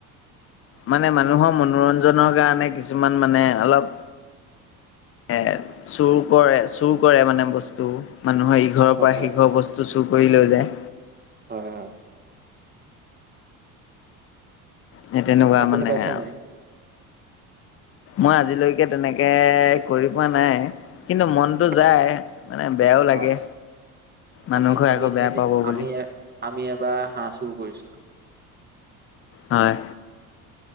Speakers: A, on the left; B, on the right.
A: মানে মানুহৰ মনোৰঞ্জনৰ কাৰণে কিছুমান মানে অলপ এ চুৰ কৰে চুৰ কৰে মানে বস্তু মানুহৰ ইঘৰৰ
B: হয়
A: পৰা সিঘৰ বস্তু চুৰ কৰি লৈ যায়।
B: হয় হয়।
A: সে তেনেকুৱা
B: আপুনি
A: মানে
B: পাইছে
A: আ
B: নাই
A: মই আজিলৈকে তেনেকে কৰি পোৱা নাই কিন্তু মন টো যায়
B: অ
A: মানে বেয়াও লাগে,
B: হয়
A: মানুহ
B: আমি
A: ঘৰে
B: আমি
A: আকৌ বেয়া পাব
B: আমি
A: বুলি।
B: আমি এবাৰ হাঁহ চুৰ কৰিছিলো।
A: হয়।